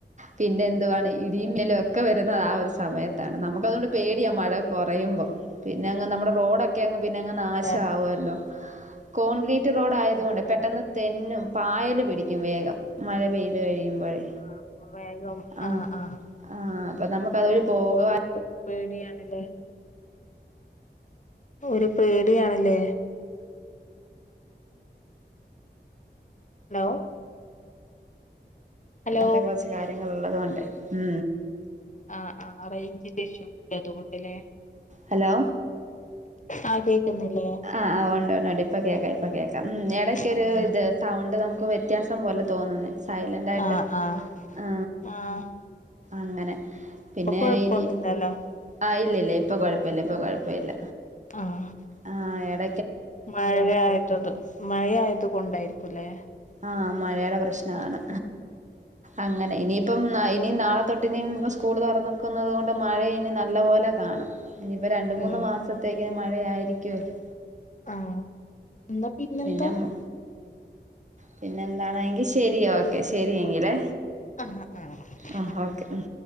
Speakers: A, on the right; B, on the left.
A: പിന്നെ എന്തുവാണ് ഇടിമിന്നലൊക്കെ ഒക്കെ വരുന്നത് ആ ഒരു സമയത്താണ് നമുക്ക് അതുകൊണ്ട് പേടിയാ മഴ കുറയുമ്പോപിന്നെന്ന്നമ്മുടെ റോഡൊക്കെ ക്കെയങ്ങ്പിന്നെ അങ് നാശ
B: കാരണം
A: ആവുമല്ലോ കോൺക്രീറ്റ് റോഡ് ആയതു
B: ആഹ്
A: കൊണ്ട് പെട്ടെന്ന്
B: ആഹ്
A: തെന്നും പായല് പിടിക്കും ക്കും വേഗം മഴ പെയ്ത് കഴിയുമ്പോഴേ
B: ആ അപ്പ വേഗം
A: ആ
B: ആഹ് ആഹ്
A: ആ അപ്പൊ നമുക്ക് അതുവഴി പോക
B: ഒരു പേടിയാണല്ലേ പ്പംഒരു പേടിയാല്ലേ ഹലോ ഹലോ
A: അങ്ങത്തെ കുറച്ച് കാര്യങ്ങൾ ഉള്ളത കൊണ്ട് ഉ
B: ആ ആ് റേഞ്ച് ൻ്റെ ഇശ്യു ഉണ്ട് അതുകൊണ്ടല്ലേ
A: ഹലോ
B: ആ കേക്കുന്നില്ലേ
A: ആ് ഉണ്ട് ഉണ്ട് ഉണ്ട് ഇപ്പൊ കേൾക്കാം ഇപ്പൊ കേൾക്കാം ഉ ഇടക്കൊ ഒരു
B: ആഹ്
A: ഇത് സൗണ്ട് നമുക്ക് വ്യത്യാസം പോലെ തോന്നുന്നേ, സൈലന്റ് ആയിട്ട്,
B: ആഹ് ആഹ്
A: ആ...
B: ആഹ്
A: അങ്ങനെ. പിന്നെ
B: ഇപ്പൊ കൊഴപ്പൊന്നുമില്ലല്ലോ
A: ഇനി... ആഹ്, ഇല്ല ഇല്ല ഇപ്പൊ കുഴപ്പല്ല, ഇപ്പൊ കുഴപ്പ ഇല്ല.
B: ആഹ്.
A: ആഹ, എട
B: മഴായ്തതു, മഴായത് കൊണ്ടായിരിക്കുംല്ലേ?
A: ആ, മഴയുടെ പ്രശ്നമാണ്. അങ്ങനെ ഇനി... ഇപ്പം ഇനിയും നാളെ തൊട്ടിനും ഇപ്പ സ്കൂൾ തുറന്നക്കുന്നത് കൊണ്ട് മഴ ഇനി നല്ല പോലെ കാണും. ഇനിയിപ്പ രണ്ട്
B: ഉം
A: മൂന്ന് മാസത്തേക്ക് മഴ ആയിരിക്കല്ലോ?
B: ആ, എന്നാ പിന്നെന്താ?
A: പിന്നെ പിന്നെ എന്താണെ? ങ്കിൽ ശരി ഓക്കെ ശരിയെങ്കിലേ?
B: ആ ആ ആ
A: ആ, ഓക്കെ, ഉം.